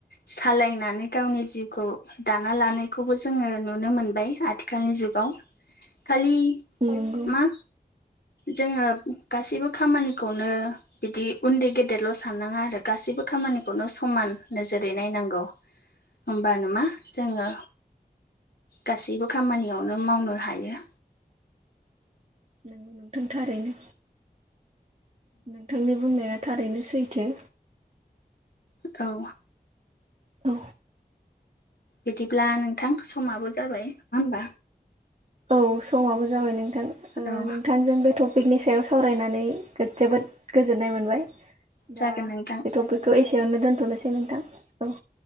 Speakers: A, on the left (about 85°); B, on the right (about 40°).
A: सालायनानै गावनि जिउखौ दाना लानायखौबो जोङो नुनो मोनबाय आथिखालनि जुगाव। खालि
B: नंगौ
A: मा जोङो गासैबो खामानिखौनो बिदि उन्दै गेदेरल' साननाङा आरो गासैबो खामानिखौनो समान नोजोरै नायनांगौ। होमबानो मा जोङो गासैबो खामानियावनो मावनो हायो।
B: नोंगौ नोंथां थारैनो नोंथांनि बुंनाया थारैनो सैथो।
A: औ
B: औ
A: बिदिब्ला नोंथां समाबो जाबाय नङा होनबा?
B: औ समाबो जाबाय नोंथां ओ
A: औ
B: नोंथांजों बे थ' पिकनि सायाव सावरायनानै जोबोद गोजोननाय मोनबाय
A: जागोन
B: दा
A: नोंथां
B: बेथ' खौ एसेयावनो दोन्थ'नोसै नोंथां। औ औ